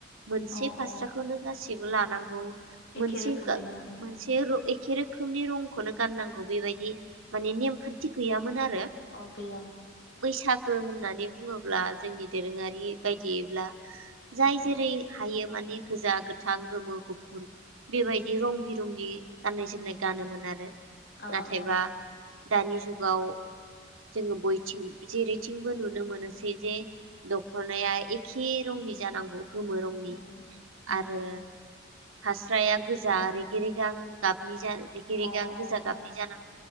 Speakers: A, on the right; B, on the left.
A: मोनसे
B: अ
A: फास्राखौनो
B: अ
A: गासिबो लानांगौ
B: एखे
A: मोनसे
B: रोखोमैनो
A: मोनसे
B: उम उम
A: एखे रो रोखोमनि रंगखौनो गान नांगौ बेबायदि मान नेमखान्थि गैयामोन आ
B: अ गोया
A: बैसागो होननानै बुङोब्ला जोंनि दोरोङारि बायदियैब्ला जाय
B: उम अ
A: जेरै हायो माने गोजा गोथां गोमो गुफुर बेबायदि
B: उम
A: रं बिरंगि गाननाय जोमनाय गानोमोन आरो
B: अ
A: नाथायबा
B: अ
A: दानि जुगाव जोङो बयथिं जेरैथिंबो नुनो मोनोसै जे दख'नाया एखे रङि जानांगौ गोमो रंनि
B: उम उम
A: आरो हास्राया गोजा रेगे रेगां गाबनि रेगे रेगां
B: अ अ
A: गोजा गाबनि
B: अ
A: जानां